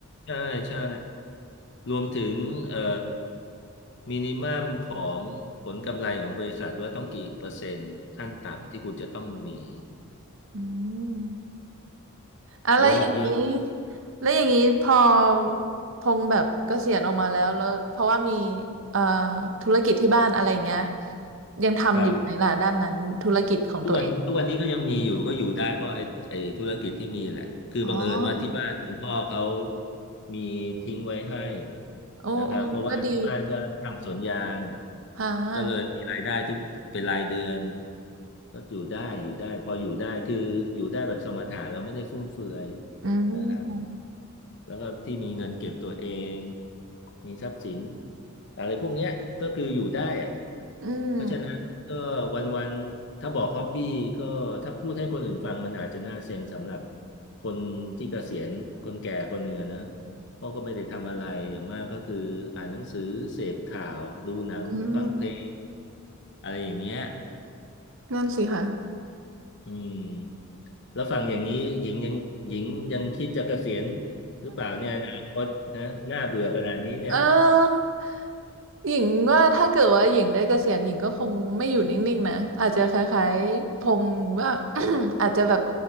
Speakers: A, on the left; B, on the right.
A: ใช่ใช่รวมถึงเอ่อมินิมัมของผลกำไรของบริษัทว่าต้องกี่เปอร์เซ็นต์ขั้นต่ำที่คุณจะต้องมี
B: อืมอะไรอย่างนี้
A: เยอะเยอะ
B: แล้วอย่างนี้พอพงษ์แบบเกษียณออกมาแล้วแล้วเพราะว่ามีเอ่อธุรกิจที่บ้านอะไรอย่างเงี้ยยังทำอยู่ไหมล่ะด้านนั้นธุรกิจของตัวเอง
A: ครับ ทุกวันทุกวันนี้ก็ยังมีอยู่ก็อยู่ได้เพราะไอ้ไอ้ธุรกิจที่มีแหละคือบังเอิญว่าที่บ้านคุณพ่อเขา
B: อ๋อ
A: มีทิ้งไว้ให้
B: โอ้โอ้ก็ดี
A: นะครับเพราะว่าที่บ้านก็ทำสวนยาง
B: ค่ะ
A: ก็เลยมีรายได้ทุกเป็นรายเดือนก็อยู่ได้อยู่ได้พออยู่ได้คืออยู่ได้แบบสมถะเราไม่ได้ฟุ่มเฟือย
B: อืม
A: นะครับ แล้วก็ที่มีเงินเก็บตัวเอง มีทรัพย์สินอะไรพวกเนี้ยก็คืออยู่ได้อะ
B: อืม
A: เพราะฉะนั้นก็วันๆ ถ้าบอกฮ็อบบี้ก็ถ้าพูดให้คนอื่นฟังมันอาจจะน่าเซ็งสำหรับคนที่เกษียณคนแก่คนหนึ่งอะนะเพราะก็ไม่ได้ทำอะไรอย่างมากก็คืออ่านหนังสือเสพข่าวดูหนังฟังเพลง
B: อืม
A: อะไรอย่างเงี้ย
B: นั่นสิค่ะ
A: อืม แล้วฟังอย่างนี้หญิงยังหญิงยังคิดจะเกษียณหรือเปล่าเนี่ยอนาคตนะน่าเบื่อขนาดนี้เนี่ย
B: เออหญิงว่าถ้าเกิดว่าหญิงได้เกษียณหญิงก็คงไม่อยู่นิ่งๆนะอาจจะคล้ายๆพงษ์ว่า <coughs> อาจจะแบบ